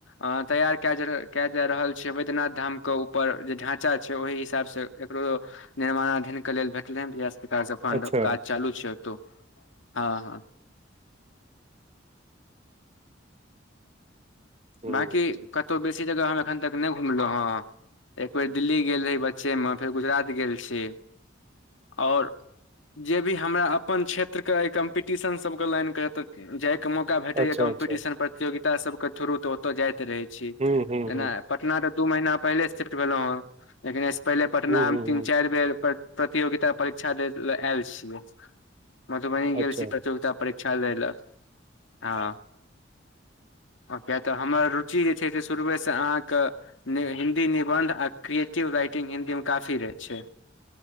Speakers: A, on the left; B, on the right.
A: अ तैयार कै- कै जा रहल छै, वैद्यनाथ धाम के ऊपर जे ढांचा छै ओहि हिसाब से। एकरो निर्माणाधीन के लेल भेटले ह बिहार सरकार से फंड,
B: अच्छा
A: काज चालू छै। हँ- हँ।
B: हूँ
A: बांकी कतहु बेसी जगह हम एखन तक नहि घुमलहुँ हँ। एक बेेर दिल्ली गेल रही बच्चे में, फेर गुजरात गेल छी आओर जे भी हमरा अपन क्षेत्र के ए कम्पीटीशन सब के लाइन के जाय मौका भेटैया
B: अच्छा
A: कम्पिटिशन
B: अच्छा
A: प्रतियोगिता सबके थ्रू, तऽ ओतय जाइत रहै छी।
B: हूँ हूँ
A: जेना
B: हूँ
A: पटना तऽ दू महीना पहिले शिफ्ट भेलहुँ हँ, लेकिन एहिसँ पहिले पटना
B: हूँ हूँ
A: में तीन,
B: हूँ
A: चारि बेर प्रतियोगिता परीक्षा दे ल‌ आयल छियै, मधुबनी
B: अच्छा
A: गेल छी प्रतियोगिता परीक्षा ले लऽ हँ। आ किए तऽ हमर रुचि जे छै से शुरुएसँ अहाँके नै हिन्दी निबन्ध आ क्रिएटिव राइटिंग हिन्दी मे काफी रहै छै।